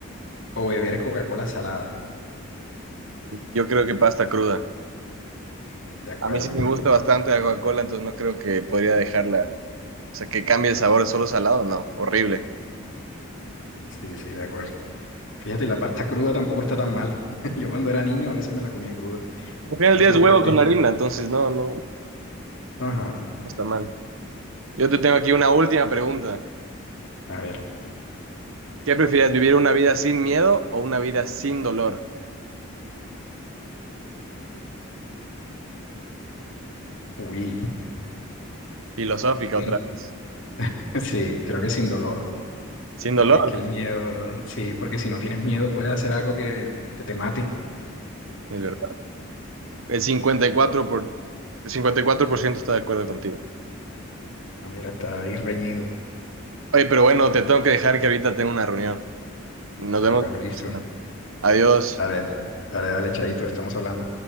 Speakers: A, on the left (about 60°); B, on the right (about 70°).
A: o beber Coca-Cola salada?
B: Yo creo que pasta cruda.
A: Sí, de acuerdo.
B: A mí sí me gusta bastante la Coca-Cola, entonces no creo que podría dejarla. O sea, que cambie el sabor solo salado, no, horrible.
A: Sí, sí, de acuerdo. Fíjate, y la pasta cruda tampoco está tan mal. <laughs> Yo cuando era niño a veces me la comía cruda.
B: Al final
A: No
B: del día
A: sé
B: es huevo
A: por qué.
B: con harina, entonces no, no, no
A: Ajá.
B: está mal. Yo te tengo aquí una última pregunta.
A: A ver.
B: ¿Qué prefieres, vivir una vida sin miedo o una vida sin dolor?
A: Uy.
B: Filosófica otra
A: sin-
B: vez.
A: <laughs> Sí, creo que sin dolor.
B: Sin
A: Porque
B: dolor,
A: es que el miedo, sí, porque si no tienes miedo puedes hacer algo que, que te mate.
B: es verdad. El 54 por, el 54% está de acuerdo contigo.
A: Ah, mira, está ahí reñido.
B: Oye, pero bueno, te tengo que dejar que ahorita tengo una reunión. Nos
A: Ah,
B: vemos.
A: bueno,
B: la
A: listo.
B: próxima. Adiós.
A: Dale, dale, dale, Chaito, estamos hablando.